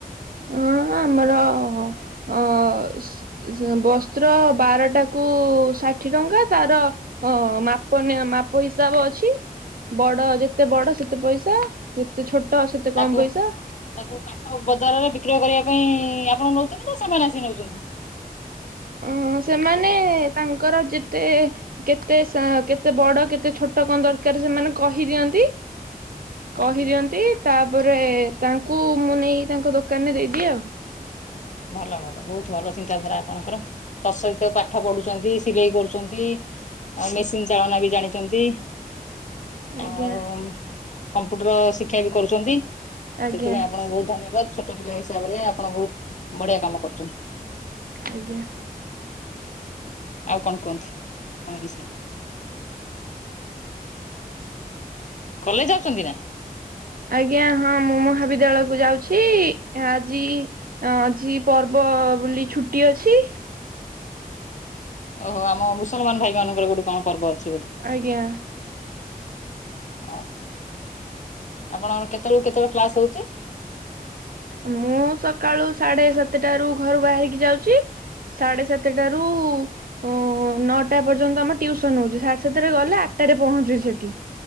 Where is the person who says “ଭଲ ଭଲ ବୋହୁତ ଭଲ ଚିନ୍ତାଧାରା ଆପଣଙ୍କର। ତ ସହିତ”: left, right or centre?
Left